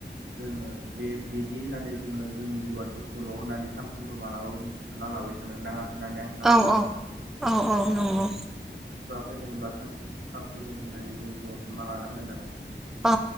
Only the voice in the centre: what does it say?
औ
औ औ औ नंगौ
औ